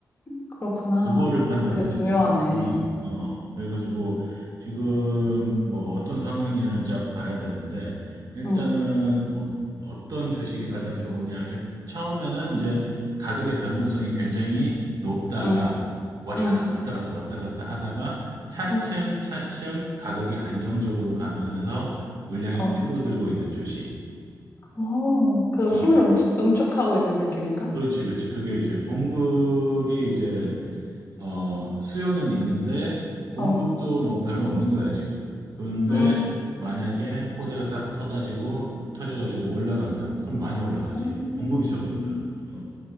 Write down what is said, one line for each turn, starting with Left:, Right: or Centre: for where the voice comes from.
Left: 그렇구나.
Right: 그거를 판단해야
Left: 그거 되게 중요하네.
Right: 돼. 어, 어. 그래가지고 지금 뭐 어떤 상황을 쫙 봐야 되는데 일단은
Left: 응,
Right: 어, 떤 주식이 가장 좋으냐. 일- 처음에는 이제
Left: 응,
Right: 가격의 변동성이 굉장히 높다가
Left: 응,
Right: 왔다
Left: 응,
Right: 갔다 왔다 갔다 왔다 갔다 하다가 차츰
Left: 응,
Right: 차츰 가격이 안정적으로 가면서 물량이
Left: 어,
Right: 줄어들고 있는 주식.
Left: 어, 그
Right: 어,
Left: 힘을 응축, 응축하고 있는 느낌인가?
Right: 그렇지, 그렇지. 그게 이제 공급이 이제 어, 수요는 있는데 공급도
Left: 어,
Right: 뭐 별로 없는 거야, 지금. 근데
Left: 음,
Right: 만약에 호재가 딱 터가지고 터져가지고 올라간다. 그럼 많이 올라가지.
Left: 음.
Right: 공급이 적으니까. 어,